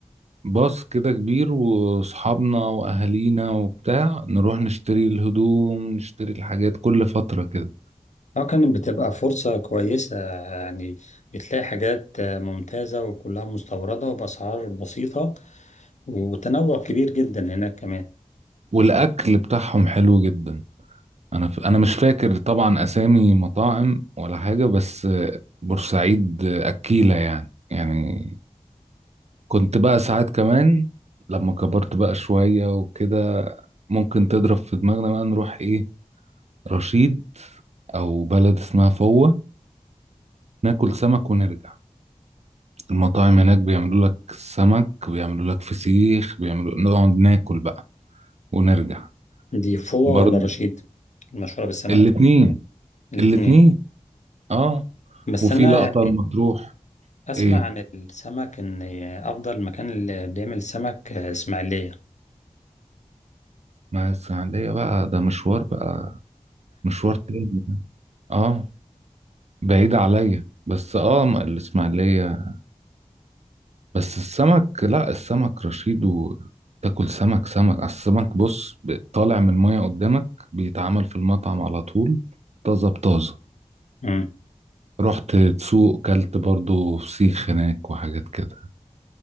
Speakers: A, on the right; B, on the left.
A: باص كده كبير واصحابنا واهالينا وبتاع نروح نشتري الهدوم نشتري الحاجات كل فترة كده
B: اه كانت بتبقى فرصة كويسة يعني بتلاقي حاجات آه، ممتازة وكلها مستوردة وبأسعار بسيطة وتنوع كبير جدا هناك كمان
A: والاكل بتاعهم حلو جدا انا ف... انا مش فاكر طبعا اسامي مطاعم ولا حاجه بس بورسعيد اكيله يعني يعني كنت بقى ساعات كمان لما كبرت بقى شويه وكده ممكن تضرب في دماغنا بقى نروح ايه رشيد او بلد اسمها فوة ناكل سمك ونرجع المطاعم هناك بيعملوا لك سمك بيعملوا لك فسيخ بيعملوا نقعد ناكل بقى ونرجع
B: دي فوة
A: برضه
B: ولا رشيد المشهورة بالسمك
A: الاتنين
B: الاتنين
A: الاتنين اه
B: بس
A: وفي
B: أنا
A: لقطة المطروح
B: يعني أسمع
A: ايه
B: عن السمك إن أفضل مكان اللي بيعمل سمك آه، إسماعيلية
A: مع الإسماعيلية بقى ده مشوار بقى مشوار تاني اه بعيد عليا بس اه م- الإسماعيلية بس السمك لا السمك رشيد وتاكل سمك سمك على السمك بص ب- طالع من المية قدامك بيتعمل في المطعم على طول طازة بطازة
B: امم
A: رحت تسوق كلت برضو فسيخ هناك وحاجات كده